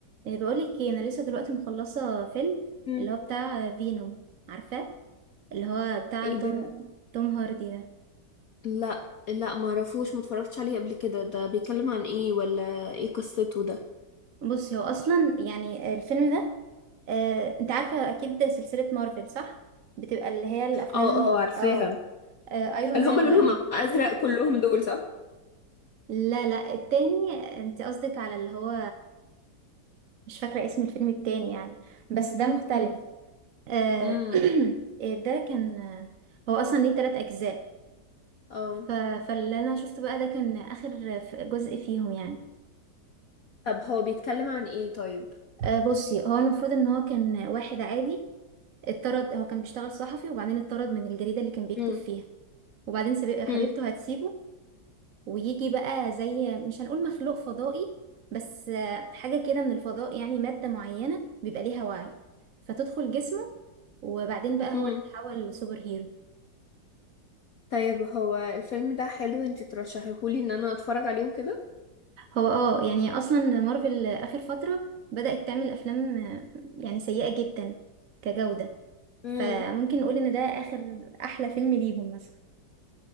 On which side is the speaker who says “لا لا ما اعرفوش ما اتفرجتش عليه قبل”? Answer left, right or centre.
Left